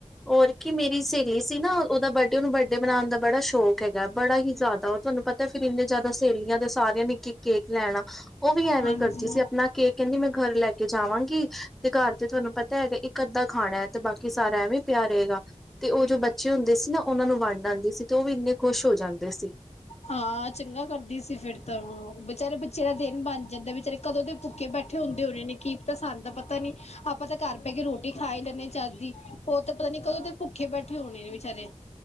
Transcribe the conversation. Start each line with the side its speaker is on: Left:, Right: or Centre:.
Centre: ਔਰ ਕੀ ਮੇਰੀ ਸਹੇਲੀ ਸੀ ਨਾ ਓਦਾ ਬਰਡੇ ਔਨੂੰ ਬਰਡੇ ਮਨਾਉਣ ਦਾ ਬੜਾ ਸ਼ੌਕ ਹੈਗਾ ਬੜਾ ਹੀ ਜਾਦਾ। ਤੁਹਾਨੂੰ ਪਤਾ ਫਿਰ ਇੰਨੇ ਜਿਆਦਾ ਸਹੇਲੀਆਂ ਦੇ ਸਾਰਿਆਂ ਨੇ ਇੱਕ-ਇੱਕ ਕੇਕ ਲੈ ਆਣਾ ਓਹ ਵੀ ਐਵੇਂ
Left: ਹਾਂਜੀ
Centre: ਕਰਦੀ ਸੀ ਆਪਣਾ ਕੇਕ ਕਹਿੰਦੀ ਮੈਂ ਘਰ ਲੈ ਕੇ ਜਾਵਾਂਗੀ ਤੇ ਘਰ ਤੇ ਤੁਹਾਨੂੰ ਪਤੈ ਹੈਗਾ ਇੱਕ ਅੱਧਾ ਖਾਣਾ ਐ ਤੇ ਬਾਕੀ ਸਾਰਾ ਐਵੇ ਵੀ ਪਿਆ ਰਹੇਗਾ। ਤੇ ਓਹ ਜੋ ਬੱਚੇ ਹੁੰਦੇ ਸੀ ਨਾ ਓਨਾਂ ਨੂੰ ਵੰਡ ਆਂਦੀ ਸੀ ਤੇ ਓਹ ਵੀ ਇੰਨੇ ਖੁਸ਼ ਹੋ ਜਾਂਦੇ ਸੀ।
Left: ਹਾਂ ਚੰਗਾ ਕਰਦੀ ਸੀ ਫਿਰ ਤਾਂ ਬੇਚਾਰੇ ਬੱਚੇ ਦਾ ਦਿਨ ਬਣ ਜਾਂਦਾ ਬਈ ਚਲੇ ਕਦੋਂ ਦੇ ਭੁੱਖੇ ਬੈਠੇ ਹੁੰਦੇ ਹੋਣੇ ਨੇ ਕੀ ਪਤਾ ਸਾਨੂੰ ਤਾ ਪਤਾ ਨੀ ਆਪਾਂ ਤਾਂ ਘਰ ਬੈਠ ਕੇ ਰੋਟੀ ਖਾ ਹੀ ਲੈਂਦੇ ਆਂ ਚਲ ਜੀ। ਓਹ ਤੇਂ ਪਤਾ ਨੀ ਕਦੋਂ ਦੇ ਭੁੱਖੇ ਬੈਠੇ ਹੋਣੇ ਨੇ ਵਿਚਾਰੇ।